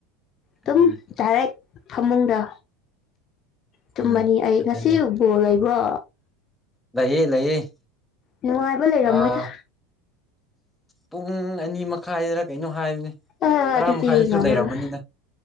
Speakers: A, on the left (about 40°); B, in the centre.
A: ꯗꯨꯝ
B: ꯎꯝ
A: ꯗꯥꯏꯔꯦꯛ ꯐꯃꯨꯡꯗ ꯇꯨꯝꯃꯅꯤ
B: ꯎꯝ
A: ꯑꯩ
B: ꯑꯗꯨꯅꯦ
A: ꯉꯁꯤ ꯕꯣꯜ ꯂꯩꯕ꯭ꯔꯣ
B: ꯂꯩꯌꯦ ꯂꯩꯌꯦ
A: ꯅꯨꯡꯉꯥꯏꯕ ꯂꯩꯔꯝꯃꯣꯏꯗ
B: ꯑꯥ ꯄꯨꯡ ꯑꯅꯤ ꯃꯈꯥꯏꯗꯔ ꯀꯩꯅꯣ ꯍꯥꯏꯕꯅꯦ
A: ꯑꯥ
B: ꯇꯔꯥ
A: ꯑꯗꯨꯗꯤ
B: ꯃꯈꯥꯏꯗꯁꯨ
A: ꯉꯝꯃꯔꯣꯏ
B: ꯂꯩꯔꯝꯃꯅꯤꯅ